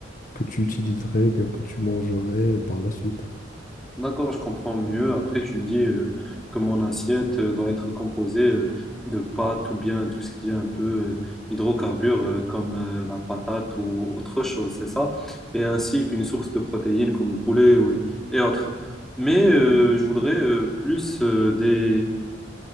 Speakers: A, on the left; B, in the centre.
A: que tu utiliserais ou bien que tu mangerais par la suite?
B: D'accord, je comprends mieux. Après, tu me dis euh, que mon assiette euh, doit être composée euh, de pâtes ou bien tout ce qui est un peu euh, hydrocarbures euh, comme euh, la patate ou autre chose, c'est ça? Et ainsi qu'une source de protéines comme le poulet ou- et autres. Mais euh, je voudrais euh, plus euh, des,